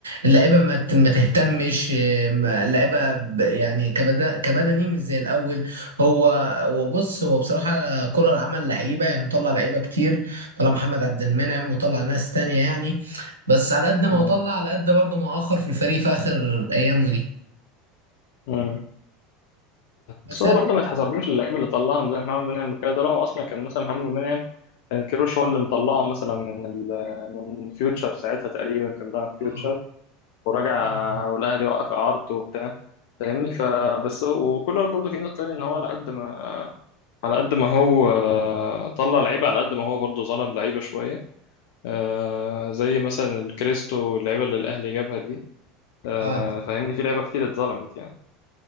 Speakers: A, on the right (about 75°); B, on the left (about 55°).
A: اللعيبة ما ت- ما تهتمش آه، ما- اللعيبة ب- يعني كبدا كبدني مش زي الأول هو هو بص هو بصراحة كولر عمل لعيبة يعني طلع لعيبة كتير طلع محمد عبد المنعم وطلع ناس تانية يعني بس على قد ما
B: امم
A: هو طلع على قد برضه ما أخر في الفريق في آخر أيامه دي
B: امم
A: بس
B: بس هو
A: إيه-
B: برضه ما يتحسبلوش اللعيبه اللي طلعهم زي محمد منعم وكده ده هو اصلا كان مثلا محمد منعم كان كيروش هو اللي مطلعه مثلا من ال من فيوتشر ساعتها تقريبا كان بيلعب فيوتشر
A: اه
B: ورجع
A: أيوه.
B: والاهلي وقف اعارته وبتاع فاهمني فبس هو وكولر برضه في نقطه تانيه ان هو على قد ما على قد ما هو آه، طلع لعيبه على قد ما هو برضه ظلم لعيبه شويه آه زي مثلا الكريستو اللعيبة اللي الأهلي جابها دي آه
A: آه.
B: فاهمني في لعيبة كتير اتظلمت يعني